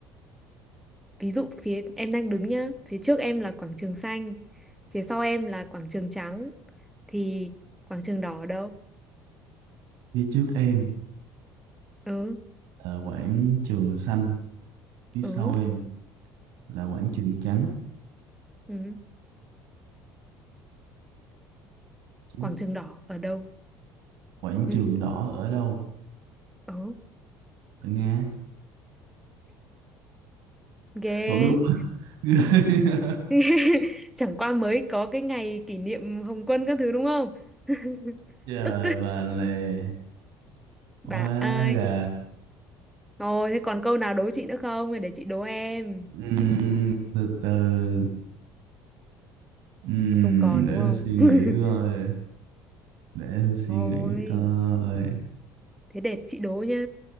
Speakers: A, in the centre; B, on the right (about 75°).
A: ví dụ phía em đang đứng nhá phía trước em là quảng trường xanh phía sau em là quảng trường trắng thì quảng trường đỏ ở đâu
B: phía trước em
A: ừ
B: là quảng trường xanh phía
A: ừ
B: sau em là quảng trường trắng
A: ừ
B: chứ
A: quảng trường đỏ ở đâu
B: quảng
A: <laughs>
B: trường
A: ừ
B: đỏ ở đâu
A: ừ.
B: ở Nga
A: ghê
B: vẫn đúng <laughs>
A: <laughs> chẳng qua mới có cái ngày kỷ niệm Hồng Quân các thứ đúng không <laughs>
B: trời
A: tức
B: bà này
A: bà
B: quá
A: ai
B: gà
A: Ồ, thế còn câu nào đố chị nữa không? Hay Để chị đố em.
B: Ừm, từ từ Ừm,
A: Không còn
B: để
A: đúng
B: em
A: không?
B: suy
A: <laughs>
B: nghĩ coi để em suy
A: Thôi,
B: nghĩ coi
A: thế để chị đố nhá.